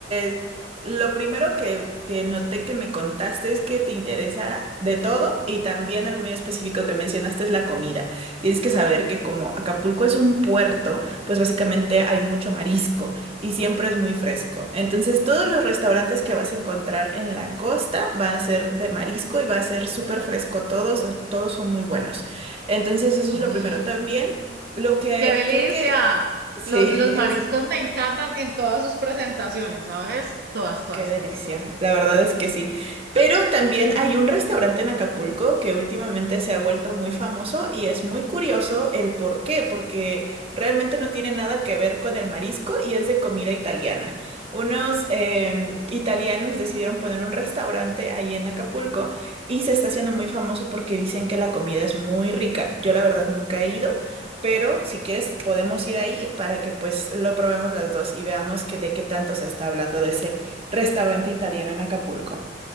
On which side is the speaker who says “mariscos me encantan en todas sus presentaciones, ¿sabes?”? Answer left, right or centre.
Right